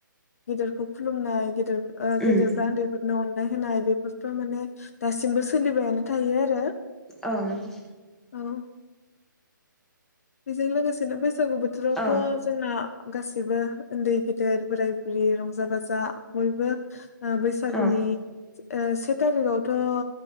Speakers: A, on the left; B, in the centre.
A: गेदेरखौ खुलुमनाय गेदेर ओ
B: उम
A: गेदेरफ्रा ओन्दैफोरनो अन नाय होनाय बेफोरथ' माने दासिमबो सोलिबायानो थायो आरो।
B: औ नंगौ।
A: औ। बेजों लोगोसेनो बेस सागु बोथोरावथ'
B: औ
A: जोंना गासिबो ओन्दै गेदेर बोराय बुरि रंजा बाजा बयबो ओ बैसागुनि
B: औ
A: ओ से तारिगावथ' ओ